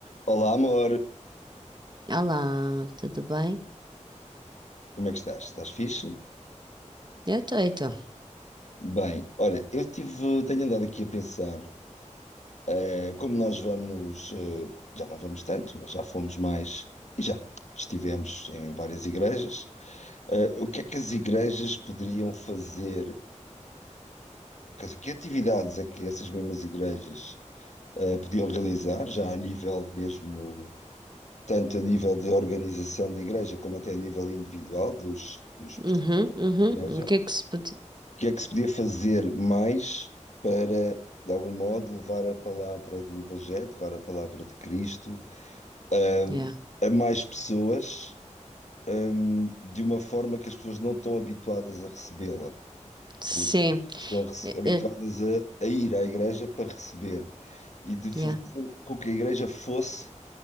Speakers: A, on the left; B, on the right.
A: Olá, amor.
B: Olá, tudo bem?
A: Como é que estás? Estás fixe?
B: Eu tô, eu tô.
A: Bem, olha, eu tive, tenho andado aqui a pensar, eh, como nós vamos, eh, já não vamos tanto, mas já fomos mais e já estivemos em várias igrejas. eh, o que é que as igrejas poderiam fazer? Quer dizer, Que atividades é que essas mesmas igrejas eh, podiam realizar, já a nível mesmo, tanto a nível de organização de igreja como até a nível individual dos, dos
B: Uhum,
A: participantes
B: uhum.
A: da igreja?
B: O que é que se pode...
A: O que é que se podia fazer mais para, de algum modo, levar a palavra do Evangelho, levar a palavra de Cristo, hum,
B: Yeah.
A: a mais pessoas, hum, de uma forma que as pessoas não estão habituadas a recebê-la?
B: Sim.
A: As pessoas estão rece-
B: Eh,
A: habituadas
B: eh,
A: a, a ir à igreja para receber e de fazer
B: Yeah,
A: com que a igreja fosse